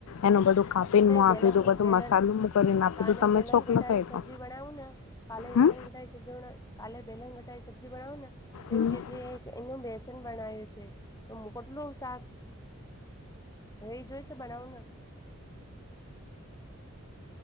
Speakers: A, on the left; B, on the left.
A: એનું બધું કાપીને
B: ને
A: આપી
B: બેલક
A: હતું બધું
B: બેલન
A: મસાલું કરીને આપી
B: કાને
A: તું તમે
B: બેલન
A: ચોક
B: ગટારી
A: લખ તો કઈ
B: સબ્જી
A: દો
B: બનાવું ને કાલે વેલણ
A: હમ
B: કટાઈ સજ કાલે વલણ કટાઈ સબ્જી બનાાવો ને
A: હમ
B: એમ કે જે એ બે છે તોું કેટલું સાક હહી જોઈ છે બનાવને